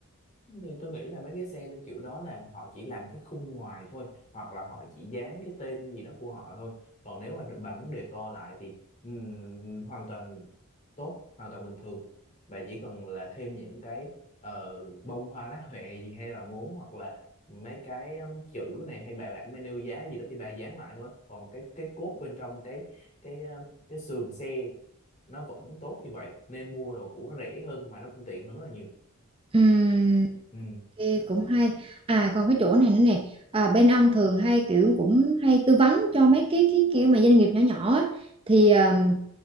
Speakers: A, on the left; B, on the right.
A: thì tôi nghĩ là mấy cái xe được kiểu đó là họ chỉ làm cái khung ngoài thôi hoặc là họ chỉ dán cái tên gì đó của họ thôi còn nếu mà bà muốn decor lại thì ừm, hoàn toàn tốt hoàn toàn bình thường bà chỉ cần là thêm những cái ờ, bông hoa lá huệ gì hay là bà muốn hoặc là mấy cái um, chữ này hay bài bản menu giá gì đó thì bà dán lại thôi còn cái cái cốt bên trong cái cái um, cái sườn xe nó vẫn tốt như vậy nên mua đồ cũ nó rẻ hơn mà nó cũng tiện hơn rất là nhiều
B: Ừm,
A: ừ
B: Ok, cũng hay à còn cái chỗ này nữa nè à, bên ông thường hay kiểu cũng hay tư vấn cho mấy cái cái kiểu mà doanh nghiệp nhỏ nhỏ á. thì à,